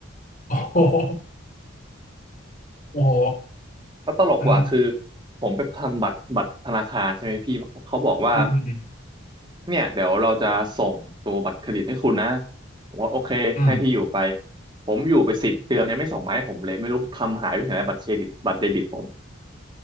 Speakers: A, on the left; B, on the right.
A: โอ้โหโอ้โห
B: แล้วตลกกว่าคือ
A: มัน
B: ผมไปทำบัตรบัตรธนาคารใช่ไหมพี่เขาบอกว่า
A: อืมอืมอืม
B: เนี่ยเดี๋ยวเราจะส่งตัวบัตรเครดิตให้คุณนะผมว่าโอเคให้ที่อยู่ไป
A: อืม
B: ผมอยู่ไปสิบเดือนยังไม่ส่งมาให้ผมเลยไม่รู้ทำหายไปไหนแล้วบัตรเครดิตบัตรเดบิตผม